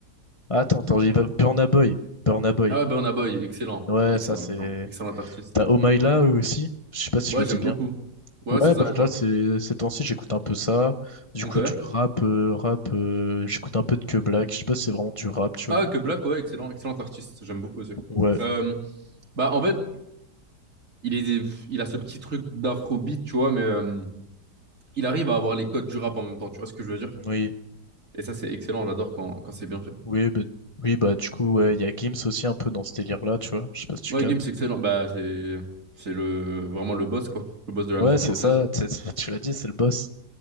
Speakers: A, on the left; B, on the right.
A: Ah, Attends, attends, j'y vais. Burna Boy. Burna Boy.
B: Ah, ouais, Burna Boy, excellent.
A: Ouais,
B: Excellent,
A: ça, c'est...
B: excellent. Excellent artiste.
A: T'as Omaïla aussi, je sais pas si
B: Ouais,
A: je le dis
B: j'aime
A: bien.
B: beaucoup. Ouais,
A: Ouais,
B: ouais, c'est ça,
A: bah
B: je crois.
A: là, c'est, ces temps-ci, j'écoute un peu ça. Du
B: Ok.
A: coup, du rap, euh, rap, euh, j'écoute un peu de Que Black. Je sais pas si c'est vraiment du rap, tu
B: Ah,
A: vois.
B: que Black, ouais, excellent. Excellent artiste. J'aime beaucoup aussi.
A: Ouais,
B: Euh, bah, en fait, il est, il a ce petit truc d'afrobeat, tu vois, mais euh, il arrive à avoir les codes du rap en même temps. Tu vois ce que je veux dire?
A: oui,
B: Et ça, c'est excellent. J'adore quand, quand c'est bien fait.
A: oui, bah, oui, bah du coup, ouais, il y a Gims aussi un peu dans ce délire-là, tu vois. Je sais pas si tu
B: Ouais,
A: captes.
B: Gims, c'est excellent. Bah, c'est, c'est le, vraiment le boss, quoi. Le boss de
A: Ouais,
B: la musique
A: c'est
B: française.
A: ça, tu sais, <laughs> tu l'as dit, c'est le boss.